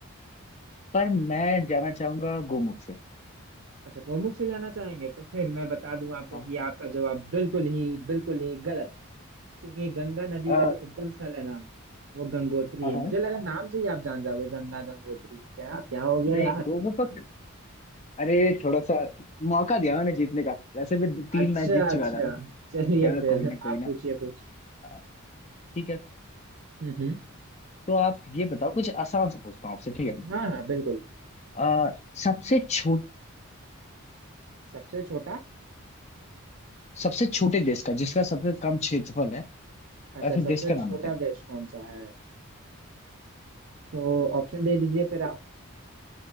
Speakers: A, on the left; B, on the right.
A: पर मैं जाना चाहूंगा गोमुख से
B: अच्छा गोमुख से जाना चाहेंगे तो फिर मैं बता दूं आपको
A: हाँ
B: कि आपका जवाब बिल्कुल ही बिल्कुल ही गलत है क्योंकि गंगा नदी
A: अ,
B: का जो उद्गम स्थल है ना वो गंगोत्री
A: हाँ
B: है
A: हाँ,
B: मुझे लगा नाम से ही आप जान जाओगे गंगा गंगोत्री क्या क्या हो गया
A: नहीं
B: यार
A: गोमुख का अरे थोड़ा सा मौका दिया मैंने जीतने का वैसे भी दो- तीन
B: अच्छा
A: मैच जीत
B: अच्छा
A: चुका था
B: चलिए
A: चलो
B: फिर
A: कोई ना कोई
B: आप
A: ना
B: पूछिए कुछ
A: अ, ठीक है अ,
B: हम्म हम्म
A: तो आप ये बताओ कुछ आसान सा पूछता हूँ आपसे ठीक है
B: हाँ हाँ बिल्कुल
A: अ, सबसे छोट
B: सबसे छोटा
A: सबसे छोटे देश का जिसका सबसे कम क्षेत्रफल है
B: अच्छा
A: ऐसे
B: सबसे
A: देश का नाम
B: छोटा
A: बताइए।
B: देश कौन सा है तो ऑप्शन दे दीजिए फिर आप